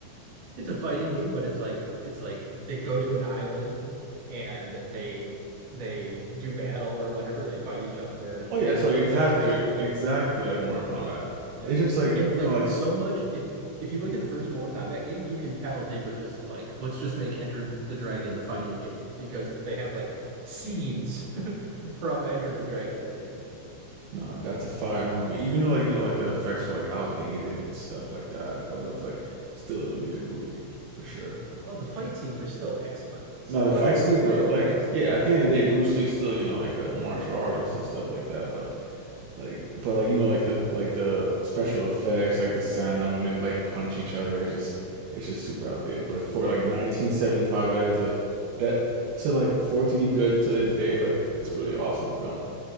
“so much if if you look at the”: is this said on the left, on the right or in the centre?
Right